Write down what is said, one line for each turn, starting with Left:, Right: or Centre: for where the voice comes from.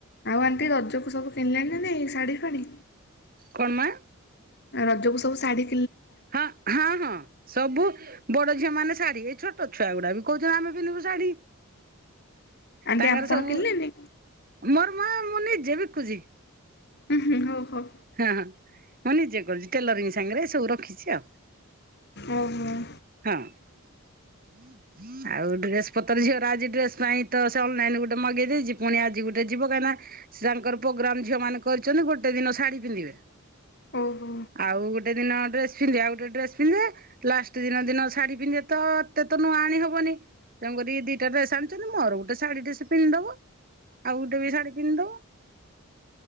Left: ଆଉ ଆଣ୍ଟି ରଜକୁ ସବୁ କିଣିଲାଣି ନାାଇଁ ଶାଢ଼ୀ ଫାଣି
Right: କଣମା
Left: ରଜକୁ ସବୁ ଶାଢୀ
Right: ହଁ ହଁ ହଁ ସବୁ ବଡ ଝିଅ ମାନେ ଶାଢୀ ଏଇ ଛୋଟ ଛୁଆ ଗୁଡା ବି କହୁଛନ୍ତି ଆମେ ପିନ୍ଧିବୁ ଶାଢୀ
Left: ଆଣ୍ଟି
Right: ତାଙ୍କର
Left: ଆପଣ
Right: ସବୁ
Left: କିଣିଲେନି?
Right: ମୋର ମା ମୁଁ ନିଜେ ବିକୁଛି,
Left: ହୁଁ ହୁଁ ହଉ ହଉ
Right: ହଁ ମଁନେଜେ କରୁଛି, ଟେଲରିଂ ସାଙ୍ଗରେ ଏ ସବୁ ରଖିଛି ଆଉ
Left: ଓହୋ।
Right: ହଁ ଆଉ ଡ୍ରେସ ପତ୍ର ଝିଅଟ ଆଜି ଡ୍ରେସ ପାଇଁ ଅନଲାଇ ଗଟେ ମଗେଇଦଛି ପୁଣି ଆଜି ଗୋଟେ ଯିବ କାହିଁନା ସେ ତାଙ୍କର ପ୍ରୋଗ୍ରାମ ଝିଅ ମାନ କରିଛନ୍ତି ଗୋଟେ ଦିନ ଶାଢୀ ପିନ୍ଧିବେ
Left: ଓହୋ
Right: ଆଉ ଗୋଟେ ଦିନ ଡ ପିଧେଉ ଗୋଟେ ଡେ ପିନ୍ଧେ ଲଷ୍ଟ ପ୍ରେ ଦିନ ଦିନ ଶାଢୀ ପିନ୍ଧିବେ ତ ଏତେ ତ ନୂଆ ଆଣି ହବନି ତେଣୁ କରିରି ଦିଟା ଡ୍ରେସ ଆଣିଛନ୍ତି ମୋର ଗୋଟେ ଶାଢୀ ଡେସ ପିନ୍ଧିଦବ ଆଉ ଗୋଟେ ବି ଶାଢୀ ପିନ୍ଧିଦବ